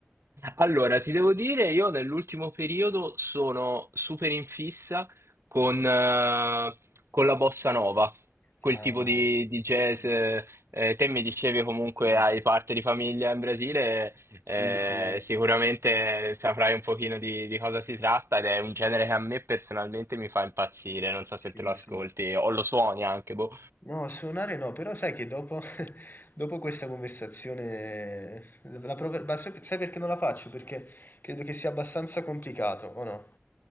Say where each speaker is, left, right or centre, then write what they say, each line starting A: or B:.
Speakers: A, on the right; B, on the left.
A: Allora, ti devo dire, io nell'ultimo periodo sono super in fissa con, eh, con la bossa nova, quel
B: Ah,
A: tipo di, di jazz.
B: ok,
A: eh, eh, te mi dicevi comunque
B: sì,
A: hai parte di famiglia in Brasile,
B: sì,
A: eh,
B: sì,
A: sicuramente saprai un pochino di, di cosa si tratta ed è un genere che a me personalmente mi fa impazzire, non so
B: sì,
A: se te lo ascolti
B: sì.
A: o lo suoni anche, boh.
B: No, suonare no, però sai che dopo, <laughs> dopo questa conversazione, la prove- ma sai sai perché non la faccio? Perché credo che sia abbastanza complicato, o no?